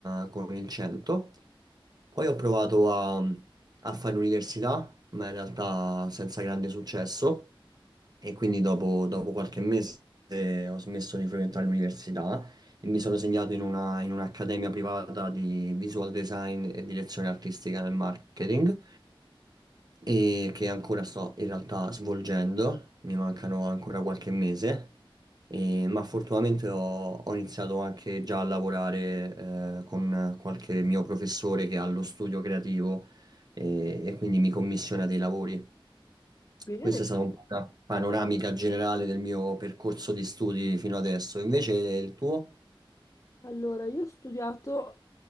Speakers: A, on the right; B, on the left.
A: eh, con il 100, poi ho provato a, a fare università, ma in realtà senza grande successo, e quindi dopo, dopo qualche mese ho smesso di frequentare l'università e mi sono segnato in una- in un'accademia privata di visual design e direzione artistica nel marketing e che ancora sto in realtà svolgendo, mi mancano ancora qualche mese, e- ma fortunatamente ho, ho iniziato anche già a lavorare eh, con qualche mio professore che ha lo studio creativo e, e quindi mi commissiona dei lavori.
B: Bene.
A: Questa è stata un po' una panoramica generale del mio percorso di studi fino adesso. Invece il tuo?
B: Allora, io ho studiato